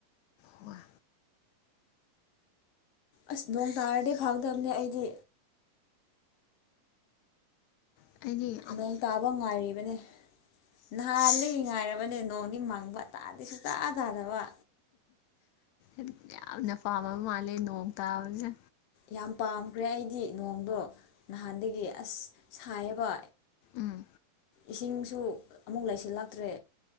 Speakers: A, on the left; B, on the left.
A: ꯍꯣꯏ
B: ꯑꯁꯣꯡ ꯇꯔꯗꯤ ꯅꯤ ꯑꯩꯗꯤ
A: ꯑꯩꯅꯦ
B: ꯅꯣꯡ ꯇꯥꯕ ꯉꯥꯏꯔꯤꯕꯅꯦ ꯅꯍꯥꯟꯗꯒꯤ ꯉꯥꯏꯔꯕꯅꯦ ꯅꯣꯡꯗꯤ ꯃꯥꯡ ꯋꯥ ꯇꯥꯗꯤ ꯁꯨꯡꯇꯥ ꯇꯥꯗꯕ
A: ꯎ ꯎ ꯌꯥꯝꯅ ꯄꯥꯝꯃꯕ ꯃꯥꯜꯂꯦ ꯅꯣꯡ ꯇꯥꯕꯁꯦ
B: ꯌꯥꯝ ꯄꯥꯝꯈ꯭ꯔꯦ ꯑꯩꯗꯤ ꯅꯣꯡꯗꯣ ꯅꯍꯥꯟꯗꯒꯤ ꯑꯁ ꯁꯥꯏꯑꯕ
A: ꯎꯝ
B: ꯏꯁꯤꯡꯁꯨ ꯑꯃꯨꯛ ꯂꯩꯁꯤꯜꯂꯛꯇ꯭ꯔꯦ